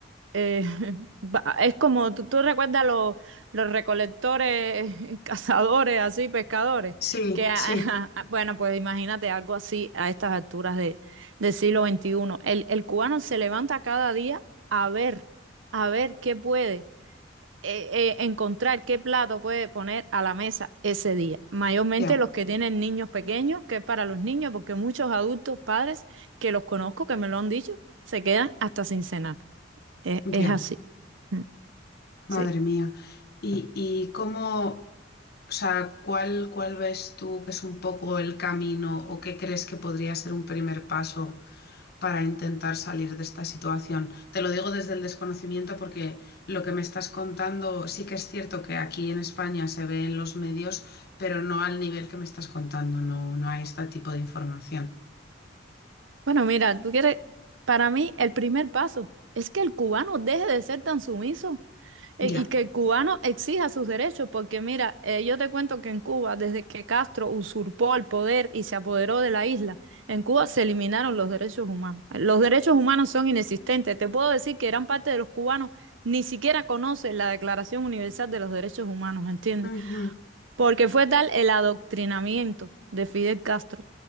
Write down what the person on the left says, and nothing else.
Sí,
sí,
ya,
ya,
madre
mía. ¿Y, y cómo, o sea, cuál, cuál ves tú que es un poco el camino o qué crees que podría ser un primer paso? para intentar salir de esta situación. Te lo digo desde el desconocimiento porque lo que me estás contando sí que es cierto que aquí en España se ve en los medios, pero no al nivel que me estás contando, no, no hay este tipo de información.
Ya.
Ujú,